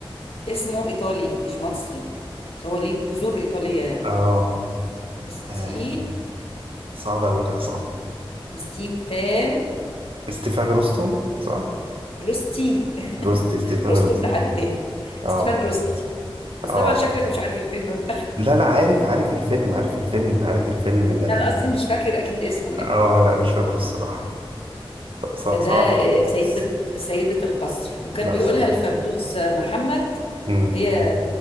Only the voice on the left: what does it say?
اسمه ايطالي مش مصري هو ليه جذور ايطاليه يعني
استي
ستيفان
روستي
روستون
ده حد تاني
ستيفان روستي بس
طبعا شكلك مش عارف الفيلم
لا انا قصدي مش فاكر اكيد اسمه يعني
ده
سيدة
سيدة القصر وكان
بيقولها
الفردوس محمد
هي